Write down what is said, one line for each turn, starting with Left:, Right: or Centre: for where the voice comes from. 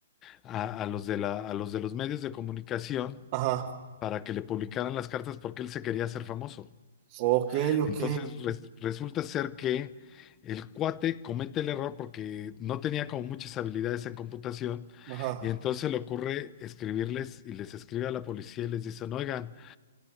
Left: a, a los de la, a los de los medios de comunicación
Right: Ajá.
Left: para que le publicaran las cartas porque él se quería hacer famoso.
Right: Ok, ok.
Left: Entonces res- resulta ser que el cuate comete el error porque no tenía como muchas habilidades en computación
Right: Ajá.
Left: y entonces le ocurre escribirles y les escribe a la policía y les dicen, oigan,